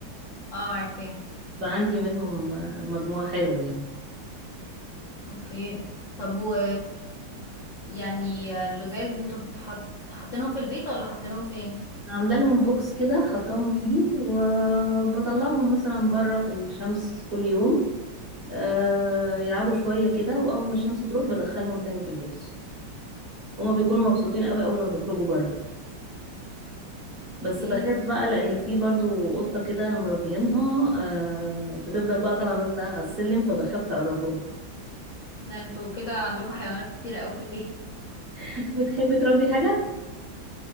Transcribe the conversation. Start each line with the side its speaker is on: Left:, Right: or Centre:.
Left: اه عارفاه
Right: فعندي منهم مجموعة حلوة يعني
Left: اوكي طب و يعني اللزاز انتوا بتحط حاطينهم في البيت ولا حاطينهم فين
Right: عامله لهم بوكس كده حطاهم فيه وبطلعهم مثلا بره في الشمس كل يوم آه يلعبوا شويه كده واول ما الشمس تروح بدخلهم تاني في البوكس هما بيكونوا مبسوطين قوي اول ما بيخرجوا بره بس
Left: ايه
Right: بخاف بقى لان في برضو قطه كده مربيينها آه بتفضل بقى طالعه نازله على السلم فبخاف تقرب لهم
Left: لا انتوا كده عندكوا حيوانات كتيرة اوي في البيت <laughs>
Right: <laughs> بتحبي تربي حاجه